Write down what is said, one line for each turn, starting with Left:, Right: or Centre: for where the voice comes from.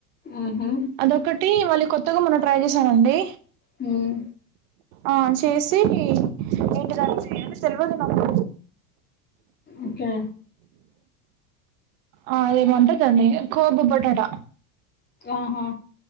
Left: ఆహా
Right: అదొకటి మళ్ళీ కొత్తగా మొన్న ట్రై చేసానండి.
Left: హ్మ్
Right: ఆ చేసి ఏంటి దంటే ఎంటి తెలవదు నాకు.
Left: ఒకే
Right: ఆ అదేమంటే గన్ని కోబు పొటాటా.
Left: ఆహా